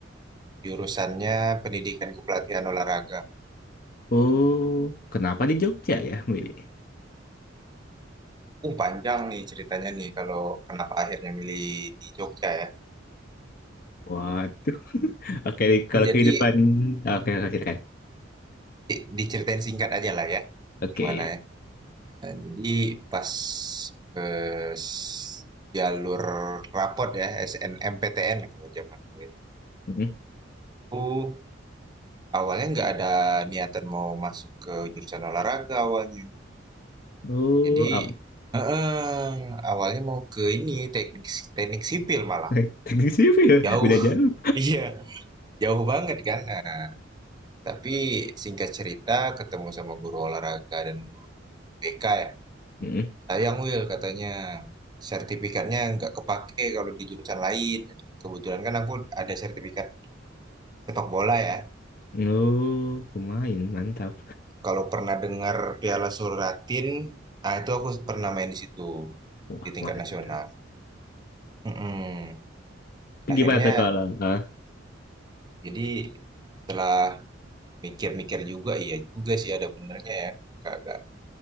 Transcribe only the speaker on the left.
Oh, kenapa di Jogja ya, Willy?
Waduh. <laughs> Oke, kalau
kehidupan... Oke, oke, silakan.
Oke.
mm
Oh,
oh.
<laughs> Teknik sipil,
beda jauh.
mm
Oh, pemain, mantap.
Wah,
mantap.
Gimana tuh kalau... Hah?